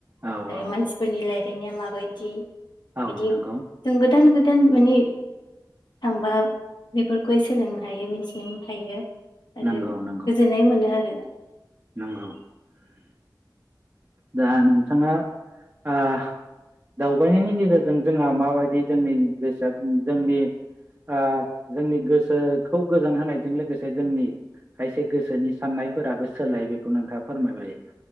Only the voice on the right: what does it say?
औ
औ
औ
नंगौ
नोंगौ नोंगौ
नोंगौ दा नोंथाङा आ दावबायनायनि गेजेरजों जोंहा माबायदि जोंनि गोसोआ जोंनि आ जोंनि गोसोखौ गोजोन होनायजों लोगोसे जोंनि खायसे गोसोनि साननायफोराबो सोलाय बेखौ नोंथाङा फोरमायबाय